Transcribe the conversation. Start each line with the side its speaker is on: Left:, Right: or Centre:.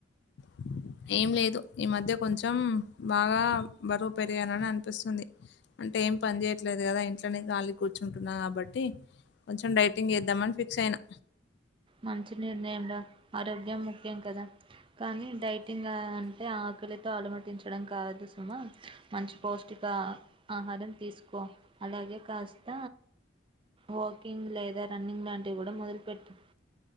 Left: <inaudible> ఏం లేదు ఈ మధ్య కొంచెం బాగా బరువు పెరిగానని అనిపిస్తుంది అంటే ఏం పని చేయట్లేదు కదా ఇంట్లోనే కాలిగా కూర్చుంటున్నా కాబట్టి కొంచెం డైటింగ్ చేద్దామని ఫిక్స్ అయినా
Right: మంచి నిర్ణయం రా ఆరోగ్యం ముఖ్యం కదా కానీ డైటింగ్ అంటే ఆ ఆకలితో అలమటించడం కాదు సుమ మంచి పౌష్టిక ఆహారం తీసుకో అలాగే కాస్త వాకింగ్ లేదా రన్నింగ్ లాంటివి కూడా మొదలు పెట్టు